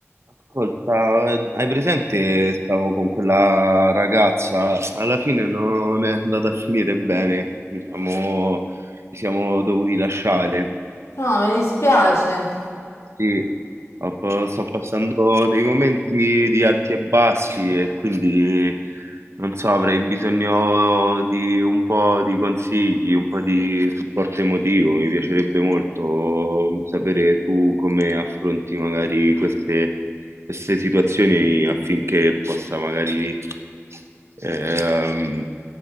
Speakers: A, on the right; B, on the left.
A: Ascolta, eh, hai presente? Stavo con quella ragazza, alla fine non è andata a finire bene, diciamo, ci siamo dovuti lasciare.
B: No, mi dispiace
A: Sì, ho pa- sto passando dei momenti di alti e bassi e quindi non so, avrei bisogno di un po' di consigli, un po' di supporto emotivo. Mi piacerebbe molto sapere tu come affronti magari queste, queste situazioni affinché possa magari ehm,